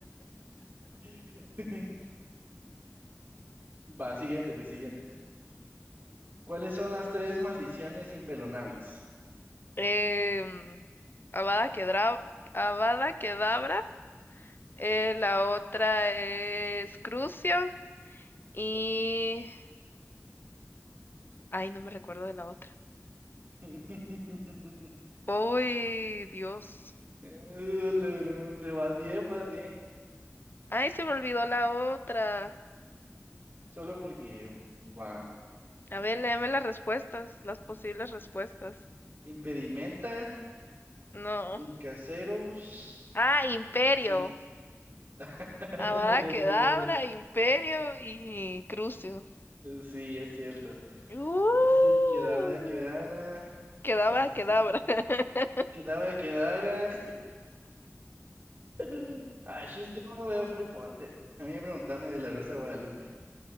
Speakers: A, on the right; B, on the left.
A: <laughs> Va, siguiente, pues siguiente. ¿Cuáles son las tres maldiciones impelonables?
B: Em, Avada Kedavra, Avada Kedavra, eh, la otra es Crucio y... Ay, no me recuerdo de la otra.
A: <laughs>
B: Uy, Dios.
A: Uh, lorón, Pero vas bien, vas bien.
B: Ay, se me olvidó la otra.
A: Solo porque va.
B: A ver, léeme las respuestas, las posibles respuestas.
A: Impedimenta,
B: No.
A: incaseros,
B: Ah, Imperio.
A: incen- <laughs>
B: Avada Kedavra, Imperio y Crucio.
A: Sí, es cierto.
B: Uh,
A: Sí, quedaba, quedaba,
B: Kedavra,
A: asesino,
B: Kedavra. <laughs>
A: quedaba, quedaba. <laughs> Ay, es que no veo Harry Potter. A mí me preguntame de la Rosa de Guadalupe.